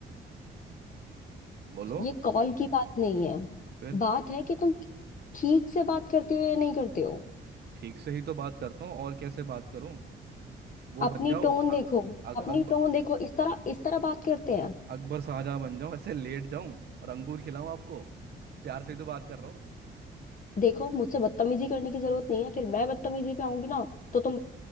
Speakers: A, on the right; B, on the left.
A: बोलो
B: ये कॉल की बात नहीं है
A: फिर
B: बात है कि तुम ठीक से बात करते हो या नहीं करते हो
A: ठीक से ही तो बात करता हूँ और कैसे बात करूँ वो
B: अपनी
A: बन जाओ
B: टोन
A: अ-
B: देखो
A: अ-
B: अपनी
A: अकब-
B: टोन देखो इस तरह इस तरह बात करते हैं
A: अकबर शाहजहाँ बन जाऊँ ऐसे लेट जाऊं और अंगूर खिलाऊं आपको प्यार से ही तो बात कर रहा हूँ
B: देखो मुझसे बदतमीजी करने की जरूरत नहीं है फिर मैं बदतमीजी पे आऊंगी ना तो तुम